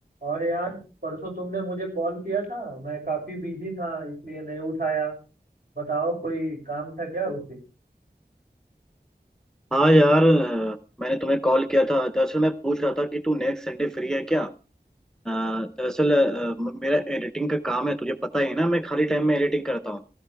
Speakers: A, on the right; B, in the centre.
A: और यार परसों तुमने मुझे कॉल किया था मैं काफी बिजी था इसलिए नहीं उठाया बताओ कोई काम था क्या उसे
B: हाँ यार अ, मैंने तुम्हें कॉल किया था दरअसल मैं पूछ रहा था कि तू नेक्स्ट संडे फ्री है क्या अ, दरअसल अ, म- मेरा एडिटिंग का काम है तुझे पता ही है ना मैं खाली टाइम में एडिटिंग करता हूँ